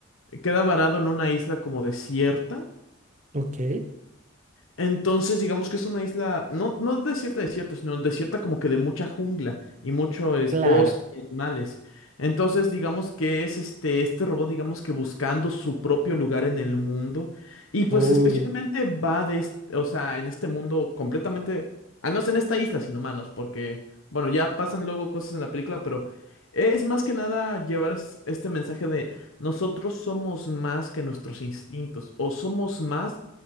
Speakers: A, on the left; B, on the right.
A: Queda varado en una isla como desierta
B: Ok,
A: entonces, digamos que es una isla, no, no desierta, desierta, sino desierta como que de mucha jungla y mucho es
B: claro.
A: bosque y animales. Entonces, digamos que es este, este robot, digamos que buscando su propio lugar en el mundo. Y pues
B: Uy.
A: especialmente va de, este, o sea, en este mundo completamente, al menos en esta isla sin humanos, porque, bueno, ya pasan luego cosas en la película, pero es más que nada llevar es- este mensaje de nosotros somos más que nuestros instintos o somos más